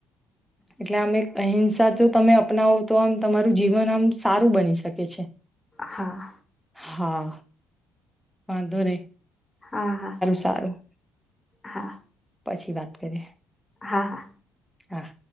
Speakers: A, in the centre; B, on the left.
A: એટલે આમ એક અહિંસા જો તમે અપનાવો તો આમ તમારું જીવન આમ સારું બની શકે છે,
B: હા
A: હા વાંધો રે
B: હા હા
A: સારું
B: હા
A: પછી વાત કરીએ,
B: હા હા
A: હા.